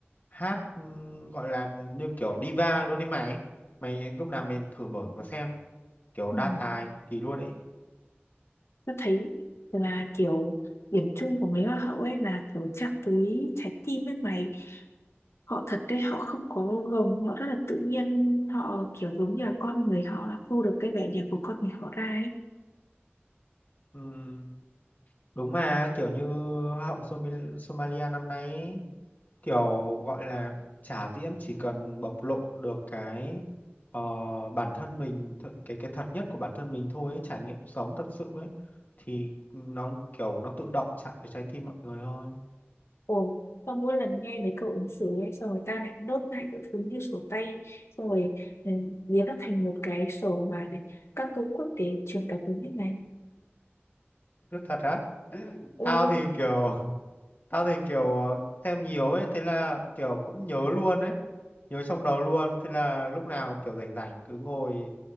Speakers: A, on the left; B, on the left.
A: hát ừm, gọi là như kiểu diva luôn ấy mày. Mày lúc nào mình thử mở mà xem, kiểu
B: ừ.
A: đa tài cực kỳ luôn ấy.
B: Tôi thấy là kiểu điểm chung của mấy hoa hậu ấy là kiểu chạm tới trái tim với mày họ thật đấy họ không có gồng họ rất là tự nhiên họ kiểu giống như là con người họ là phô được cái vẻ đẹp của con người họ ra ấy
A: Ừm, đúng mà kiểu như Hoa hậu Somi- Somalia năm nay ấy, kiểu gọi là trả diễn chỉ cần bộc lộ được cái ờ, bản thân mình th- cái cái thật nhất của bản thân mình thôi ấy, trải nghiệm sống thật sự ấy thì nó kiểu nó tự động chạm vào trái tim mọi người thôi.
B: Ồ, xong mỗi lần nghe mấy câu ứng xử ấy, xong người ta lại nốt lại các thứ như sổ tay, xong rồi ừ, biến nó thành một cái sổ mà để các câu quốc tế truyền cảm hứng như này.
A: Rất thật á.
B: Ồ,
A: Tao thì kiểu tao thì kiểu ờ, xem nhiều ấy thế là kiểu cũng nhớ luôn ấy nhớ trong đầu luôn thế là lúc nào kiểu rảnh rảnh cứ ngồi